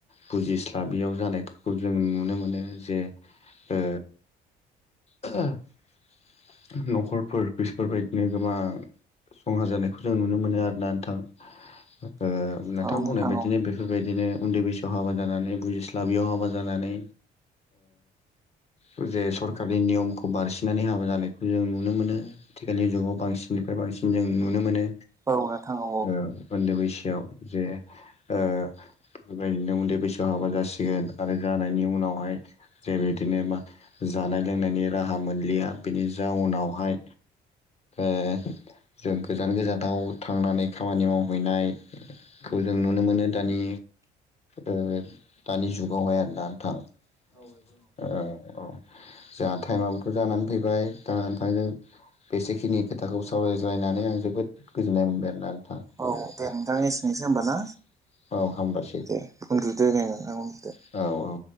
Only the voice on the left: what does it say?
बुजिस्लाबियाव जानायफोरखौ जों नुनो मोनो ज जे ओ <unintelligible> न'खरफोर बिसफोरबायदिनो गोबां संहा जानायखौ जों नुनो मोनो आरोना नोंथां <unintelligible> ओ नोंथां
बुंनाय बायदिनो
बेफोरबायदिनो उन्दै बैसो याव हाबा जानानै बुजिस्लाबैयाव हाबा जानानै ओ जे सरखारनि नियमखौ बारसिननानै हाबा जानायखौ जों नुनो मोनो आथिखालनि जुगाव बांसिननि <unintelligible> आरो बांसिन जों नुनो मोनो।
ओ ओ उन्दै बैसोआव जे ओ बेफोरबायदिनो उन्दै बैसोआव हाबा जासिगोन आरो जानायनि उनावहाय जे बिदिनो मा जानाय लोंनायनि राहा मोनलिया बिनि जाउनावहाय ओ जों गोजान गोजानथाव थांनानै खामानि मावहैनायखो जों नुनो मोनो दानि ओ दानि जुगावहाय आरो <unintelligible> थां औ ओ औ जोहा थाइमाबोथ' जानानै फैबाय दा नोंथांजों बेसेखिनि खोथाखौ सावरायज्लायनानै आं जोबोद गोजोननाय मोनबाय आरोना थां
<unintelligible>
औ हामबाय
औ औ